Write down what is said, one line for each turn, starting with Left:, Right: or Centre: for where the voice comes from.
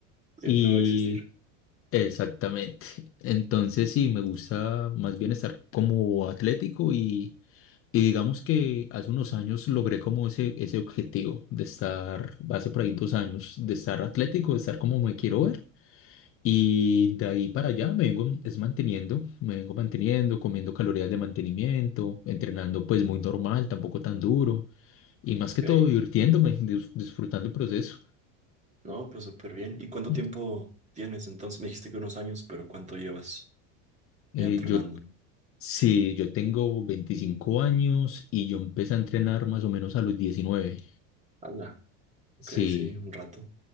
Right: Siempre
Left: y
Right: va a existir.
Left: exactamente. Entonces sí, me gusta más bien estar como atlético y, y digamos que hace unos años logré como ese, ese objetivo de estar, hace por ahí dos años, de estar atlético, de estar como me quiero ver. Y de ahí para allá me vengo es manteniendo, me vengo manteniendo, comiendo calorías de mantenimiento, entrenando pues muy normal, tampoco tan duro, y más que
Right: Ok.
Left: todo divirtiéndome, dis- disfrutando el proceso.
Right: No, pues súper bien. ¿Y cuánto
Left: Mm.
Right: tiempo tienes entonces? Me dijiste que unos años, pero ¿cuánto llevas
Left: Eh,
Right: ya entrenando?
Left: yo, sí, yo tengo 25 años y yo empecé a entrenar más o menos a los diecinueve
Right: Hala. Ok,
Left: Sí,
Right: sí, un rato.